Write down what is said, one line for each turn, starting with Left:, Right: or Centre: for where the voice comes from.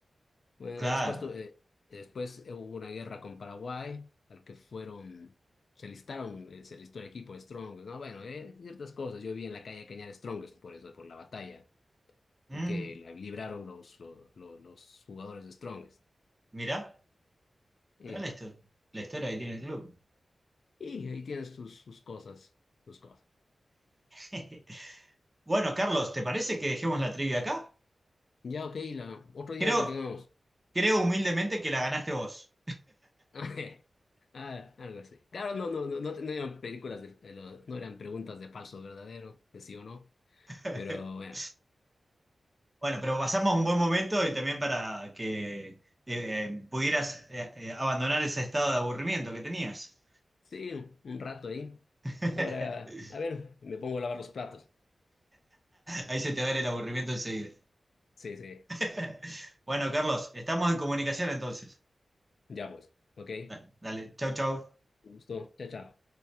Left: Bueno,
Right: Claro.
Left: y después, tu- eh, después eh, hubo una guerra con Paraguay, al que fueron, se listaron, eh, se listó el equipo de Strongest, ¿no? Bueno, eh, ciertas cosas. Yo vi en la calle Cañar Strongest por eso, por la batalla
Right: Mm,
Left: que la libraron los, los, los, los jugadores de Strongest.
Right: mirá,
Left: Eh,
Right: mirá la historia, la historia que tiene el club.
Left: y ahí tienes sus, sus cosas, sus cosas.
Right: <laughs> Bueno, Carlos, ¿te parece que dejemos la trivia acá?
Left: Ya, ok, la, otro día
Right: Creo,
Left: la continuamos.
Right: creo humildemente que la ganaste vos.
Left: <laughs> Ah, algo así. Claro, no, no, no, no, te- no eran películas de, eh, lo- no eran preguntas de falso o verdadero, de sí o no.
Right: <laughs>
Left: Pero bueno,
Right: Bueno, pero pasamos un buen momento y también para que eh, eh, pudieras eh, eh, abandonar ese estado de aburrimiento que tenías.
Left: sí, un un rato ahí.
Right: <laughs>
Left: Ahora, a ver, me pongo a lavar los platos.
Right: Ahí se te va a ir el aburrimiento enseguida.
Left: Sí, sí,
Right: <laughs> Bueno, Carlos, estamos en comunicación entonces.
Left: ya pues, ok.
Right: Da- Dale, chau, chau.
Left: Un gusto, chao, chao.